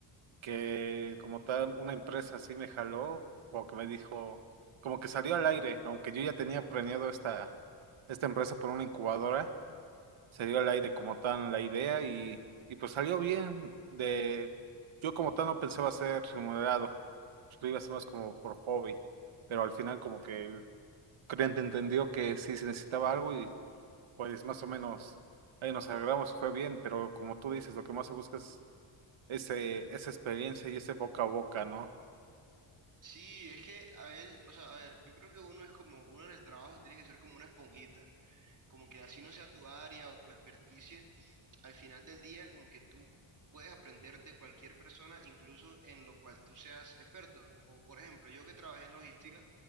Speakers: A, on the right (about 75°); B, on the right (about 40°).
A: que como tal una empresa así me jaló, o que me dijo, como que salió al aire, aunque yo ya tenía planeado esta, esta empresa por una incubadora, salió al aire como tal la idea y, y pues salió bien. De, yo como tal no pensaba ser remunerado, pues lo iba a hacer más como por hobby, pero al final como que el cliente entendió que sí se necesitaba algo y pues más o menos ahí nos agarramos y fue bien, pero como tú dices, lo que más se busca es ese, esa experiencia y ese boca a boca, ¿no?
B: Sí, es que a él, o sea, a ver, yo creo que uno es como, uno en el trabajo tiene que ser como una esponjita. como que así no sea tu área o tu experticia, al final del día como que tú puedes aprender de cualquier persona, incluso en lo cual tú seas experto. O por ejemplo, yo que trabajé en logística,